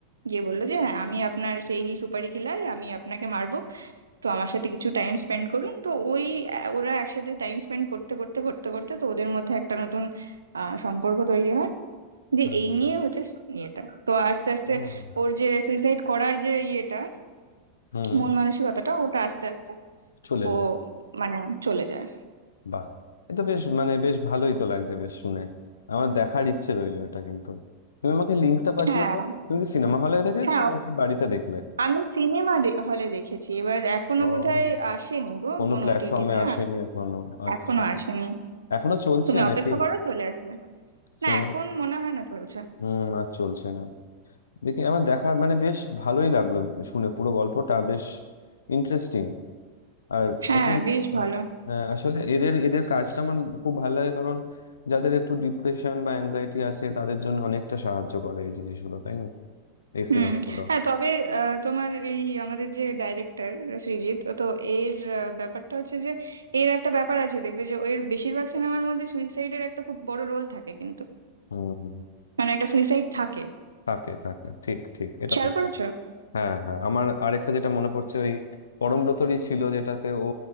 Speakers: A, on the right; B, on the left.
A: গিয়ে বললো যে হ্যাঁ আমি আপনার সেই সুপারি কিলার আমি আপনাকে মারবো তো আমার সাথে কিছু টাইম স্পেন্ড করুন তো ওই আহ, ওরা একসাথে টাইম স্পেন্ড করতে করতে করতে করতে তো ওদের মধ্যে একটা নতুন আহ, সম্পর্ক তৈরি হয় যে
B: আচ্ছা
A: এই নিয়ে হচ্ছে ইয়েটা তো আস্তে আস্তে
B: হুম
A: ওর যে সুইসাইড করার যে ইয়েটা
B: হুম,
A: মন মানসিকতাটা ওটা আস্তে আস্তে
B: চলে
A: ও
B: যায়
A: মানে চলে যায়
B: বাহ এ তো বেশ মানে বেশ ভালোই তো লাগছে বেশ শুনে আমার দেখার ইচ্ছে রইলো এটা কিন্তু তুমি আমাকে লিঙ্কটা পাঠিও
A: হ্যাঁ
B: তো তুমি কি সিনেমা হলে দেখে এসছো
A: হ্যাঁ
B: নাকি বাড়িতে দেখলে
A: আমি সিনেমা হলে দেখেছি এবার এখনো
B: ও
A: বোধহয় আসেনি গো
B: কোনো
A: কোনো
B: প্ল্যাটফর্মে
A: ওটিটিতে
B: আসেনি এখনো আচ্ছা
A: এখনো আসেনি
B: এখনো চলছে
A: তুমি
B: নাকি
A: অপেক্ষা করো চলে আসবে
B: সিনেমা
A: না এখন মনে হয় না চলছে
B: হুম আর চলছে না দেখি আমার দেখার মানে বেশ ভালোই লাগলো শুনে পুরো গল্পটা বেশ ইন্টারেস্টিং আর
A: হ্যাঁ
B: এদের
A: বেশ ভালো
B: হ্যাঁ, আসলে এদের এদের কাজটা আমার খুব ভালো লাগে কারণ যাদের একটু ডিপ্রেশন বা অ্যাংজাইটি আছে তাদের জন্য অনেকটা সাহায্য করে এই জিনিসগুলো তাই না এই
A: হুম
B: সিনেমাগুলো
A: হ্যাঁ তবে আহ, তোমার এই আমাদের যে ডাইরেক্টর সৃজিত তো এর আহ, ব্যাপারটা হচ্ছে যে এর একটা ব্যাপার আছে দেখবে যে এর বেশিরভাগ সিনেমার মধ্যে সুইসাইডের একটা খুব বড় রোল থাকে কিন্তু
B: হুম হুম।
A: মানে একটা সুইসাইড থাকে
B: থাকে থাকে ঠিক ঠিক এটা
A: খেয়াল
B: থাকে
A: করেছো
B: হ্যাঁ হ্যাঁ আমার আরেকটা যেটা মনে পড়ছে ওই পরমব্রতরই ছিল যেটাতে ও